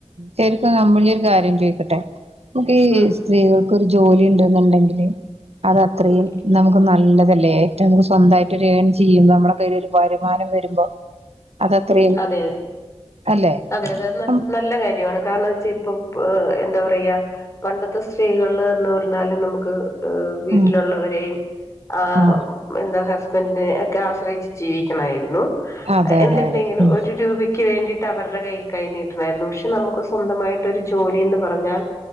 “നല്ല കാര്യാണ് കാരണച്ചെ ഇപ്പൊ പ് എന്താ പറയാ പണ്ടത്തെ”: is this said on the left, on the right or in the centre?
Left